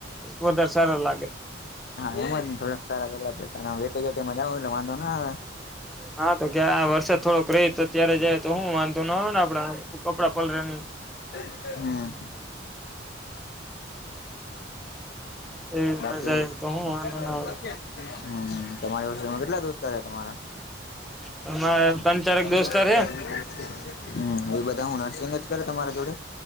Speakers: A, in the centre; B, on the left.
A: વધારે સારું લાગે.
B: હા એમ જ ને, થોડાક સારા કપડા પહેરતા <unintelligible> એટી કેટીમાં જાવ એટલે વાંધો ના આવે.
A: હા તો કે આ વરસાદ થોડોક રહે તો અત્યારે જાઈએ તો હું વાંધો નો આવે ને આપણા આ કપડા પલળે નહીં.
B: હમ્મ.
A: એ રીતના
B: બાકી,
A: જાય તો હું વાંધો
B: હમ્મ,
A: ના
B: તમારી પાસેમાં કેટલા દોસ્તાર હે તમારા?
A: આવે મારે ત્રણ
B: <inaudible>
A: ચારક દોસ્તાર હે
B: હમ્મ, એ બધા હું નર્સિંગ જ કરે તમારા જોડે?